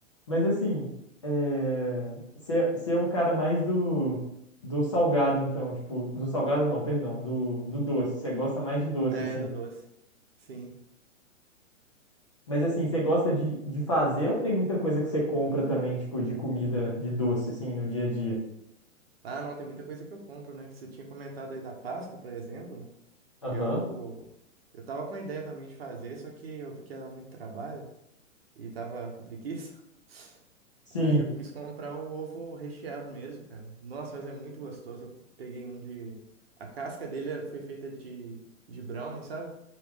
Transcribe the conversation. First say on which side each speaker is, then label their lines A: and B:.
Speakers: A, on the left; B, on the right.
A: Mas assim, é, você você é um cara mais do, do salgado, então, tipo, do salgado não, perdão, do, do doce. Você gosta mais de doce,
B: É,
A: assim.
B: do doce. Sim.
A: Mas assim, você gosta de, de fazer ou tem muita coisa que você compra também, tipo, de comida, de doce, assim, no dia a dia?
B: Ah, não, tem muita coisa que eu compro, né? Você tinha comentado aí da Páscoa, por exemplo.
A: Aham.
B: Eu, eu tava com a ideia também de fazer, só que eu vi que ia dar muito trabalho. e tava com preguiça. <laughs>
A: Sim.
B: Aí eu quis comprar o ovo recheado mesmo, cara. Nossa, mas é muito gostoso. Eu peguei um de. A casca dele era- foi feita de, de brownie, sabe?